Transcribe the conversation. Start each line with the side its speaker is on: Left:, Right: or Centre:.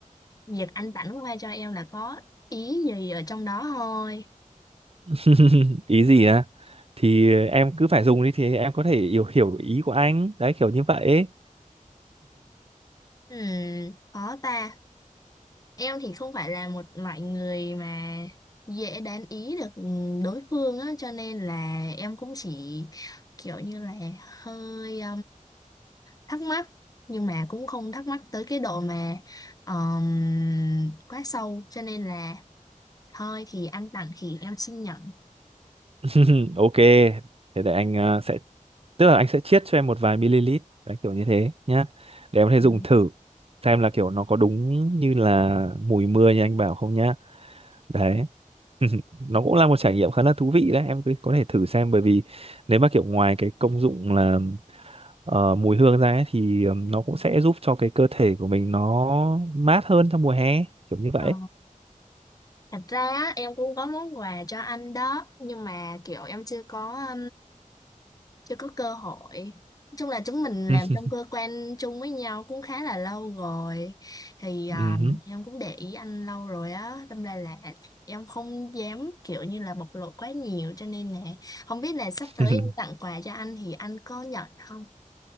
Left: việc anh tặng nước hoa cho em là có ý gì ở trong đó thôi.
Right: <laughs> ý gì á thì em cứ phải dùng đi thì em có thể hiểu hiểu ý của anh đấy kiểu như vậy ấy.
Left: Ừ, khó ta. Em thì không phải là một loại người mà dễ đoán ý được ừ, đối phương á cho nên là em cũng chỉ kiểu như là hơi thắc mắc nhưng mà cũng không thắc mắc tới cái độ mà ờm, quá sâu cho nên là thôi thì anh tặng thì em xin nhận
Right: <laughs> ok thế để anh ờ, sẽ tức là anh sẽ chiết cho em một vài ml đấy kiểu như thế nhá để em có thể
Left: Ừ.
Right: dùng thử xem là kiểu nó có đúng như là mùi mưa như anh bảo không nhá đấy <laughs> nó cũng là một trải nghiệm khá là thú vị đấy em cứ có thể thử xem bởi vì nếu mà kiểu ngoài cái công dụng là ờ, mùi hương ra ấy, thì ừm, nó cũng sẽ giúp cho cái cơ thể của mình nó mát hơn trong mùa hè kiểu như vậy
Left: Ờ, thật ra á, em cũng có món quà cho anh đó nhưng mà kiểu em chưa có chưa có cơ hội nói chung là chúng mình
Right: Ừ,
Left: làm trong cơ quan chung với nhau cũng khá là lâu rồi thì à,
Right: ừ.
Left: em cũng để ý anh lâu rồi á đâm ra là em không dám kiểu như là bộc lộ quá nhiều cho nên nè không biết là sắp
Right: <laughs>
Left: tới em tặng quà cho anh thì anh có nhận không